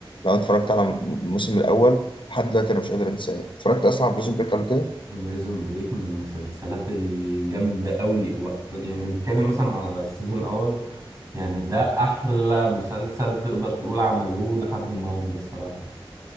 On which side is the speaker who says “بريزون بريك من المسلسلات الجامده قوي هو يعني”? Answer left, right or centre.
Right